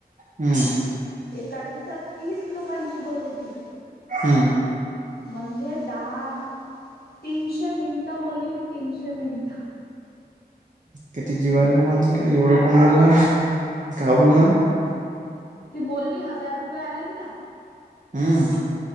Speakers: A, on the right; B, on the left.
A: हम्म
B: एका दिवसात तीस लोकांची बोलली ती.
A: हम्म
B: म्हणजे दहा तीनशे मिनिटं बोलली ती तीनशे मिनिटं.
A: किती जीवाार आहे ते माणसाला एवढं कोण बोलणार. का
B: हा
A: बोलणार आहे
B: ती बोलली हजार रुपये आले तिला.
A: हम्.